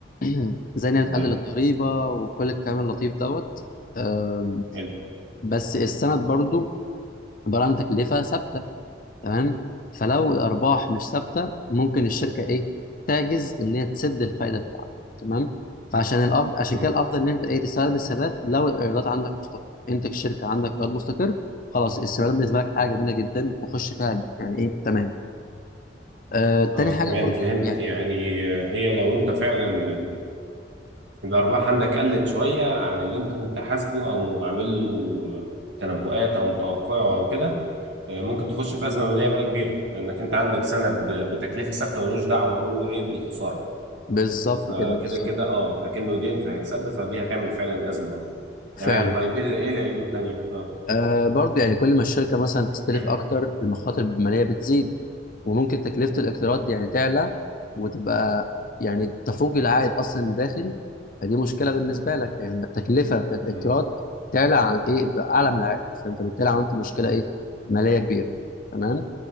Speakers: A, on the left (about 50°); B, on the right (about 80°).
A: <clears throat> زي انها
B: تمام
A: بتقلل الضريبه وكل الكلام اللطيف دوت آه،
B: حلو
A: بس السند برضو عباره عن تكلفه ثابته تمام فلو الارباح مش ثابته ممكن الشركه ايه تعجز ان هي تسد الفايده بتاعتك تمام فعشان الافضل عشان
B: مم.
A: كده الافضل ان انت ايه تستخدم السندات لو الايرادات عندك مستقر انت كشركه عندك ايراد مستقر خلاص السندات بالنسبه لك حاجه جميله جدا وخش فيها يعني ايه تمام آه تاني
B: اه
A: حاجه
B: تمام
A: برضو
B: فهمت
A: يعني
B: يعني آه، هي لو انت فعلا الأرباح عندك قلت شوية عن اللي أنت كنت حاسبه أو عامل له تنبؤات أو متوقعه أو كده آه، ممكن تخش في أزمة مالية بقى كبيرة لأنك أنت عندك سند ب- بتكلفة ثابتة ملوش دعوة هو إيه بالخسارة
A: بالظبط
B: فكده
A: كده بالظبط
B: كده أه أكنه دين فهيتسد فدي هتعمل فعلا أزمة أه
A: فعلا
B: تمام طيب
A: اه
B: إيه إيه العيوب التانية؟ أه
A: آه برضو يعني كل ما الشركه مثلا تستلف
B: <clears throat>
A: اكتر المخاطر الماليه بتزيد وممكن تكلفة الاقتراض دي يعني تعلى وتبقى يعني تفوق العائد أصلا اللي داخل فدي مشكلة بالنسبة لك يعني التكلفة بتاعت الاقتراض
B: مم.
A: تعلى عن إيه تبقى أعلى من العائد فأنت بالتالي عملت مشكلة إيه مالية كبيرة تمام